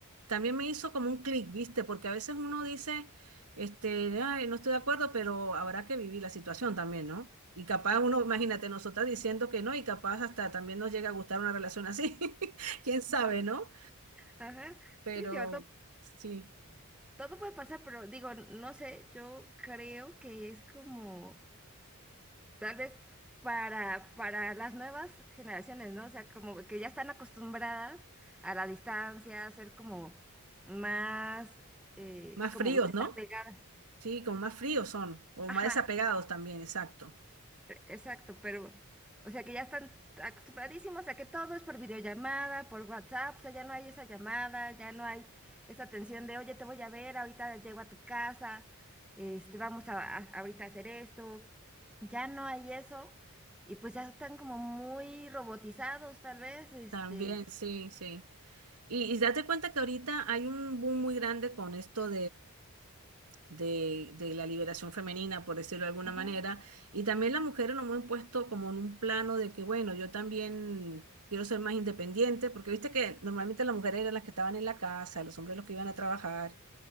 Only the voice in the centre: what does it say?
Ajá.
Sí, digo, to-
todo puede pasar, pero digo, no sé, yo creo que es como... Tal vez para, para las nuevas generaciones, ¿no? O sea, como que ya están acostumbradas a la distancia, a ser como más, eh,
como
desapegada.
Ajá,
Exacto, pero, o sea, que ya están acostumbradísimos a que todo es por videollamada, por WhatsApp, o sea, ya no hay esa llamada, ya no hay esa tensión de, oye, te voy a ver, ahorita llego a tu casa, este, vamos a, a- ahorita a hacer esto, ya no hay eso, y pues ya están como muy robotizados, tal vez, este,
Ujú.